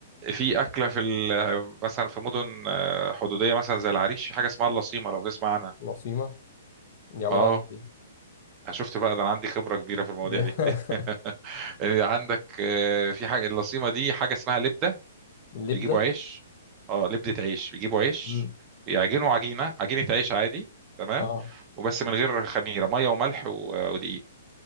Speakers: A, on the right; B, on the left.
A: في اكله في ال... مثلا في مدن آه، حدوديه مثلا زي العريش في حاجه اسمها اللصيمه لو تسمع عنها
B: العصيمة دي عبارة
A: اه
B: عن ايه دي؟
A: أنا شُفت بقى ده أنا عندي خبرة كبيرة في المواضيع
B: دي <laughs>
A: دي. <laughs> آآ عندك آآ في حاجة اللصيمة دي حاجة اسمها لِبدة،
B: اللبدة
A: بيجيبوا عيش آه، لِبدة عيش، بيجيبوا عيش
B: مم.
A: يعجنوا عجينة، عجينة عيش عادي تمام،
B: اه
A: وبس من غير خميرة، مَيّة وملح و ودقيق،